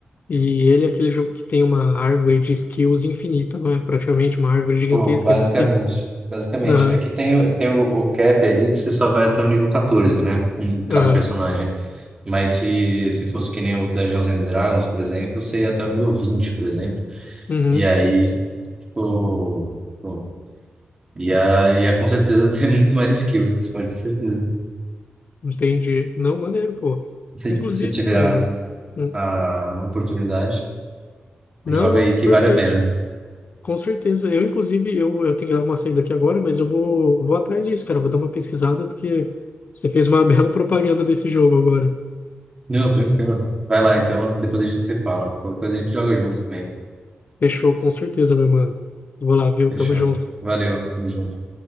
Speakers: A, on the left; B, on the right.
A: E ele é aquele jogo que tem uma árvore de skills infinita, não é? Praticamente uma árvore gigantesca
B: Pô, basicamente.
A: de skills.
B: Basicamente.
A: Aham,
B: Aqui tem, o- tem o, o cap ali que você só vai até o nível 14, né? Em cada
A: aham,
B: personagem. Mas se, se fosse que nem o Dungeons and Dragons, por exemplo, você ia até o nível 20 por exemplo.
A: uhum,
B: E aí, tipo, pô, ia, ia com certeza <laughs> ter muito mais skill. Isso pode ter certeza.
A: entendi. Não, maneiro, pô.
B: Se,
A: Inclusive,
B: se tiver
A: mano.
B: a,
A: hum,
B: a oportunidade,
A: Não,
B: joga
A: não,
B: aí
A: perfeito.
B: que vale a pena.
A: Com certeza. Eu, inclusive, eu, eu tenho que dar uma saída aqui agora, mas eu vou, vou atrás disso, cara. Vou dar uma pesquisada, porque você fez uma <laughs> bela propaganda desse jogo agora.
B: Não, tranquilo. Vai lá então, depois a gente se fala. Qualquer coisa a gente joga junto também.
A: Fechou, com certeza, meu mano. Vou lá, viu?
B: Fechou.
A: Tamo junto.
B: Valeu, tamo junto.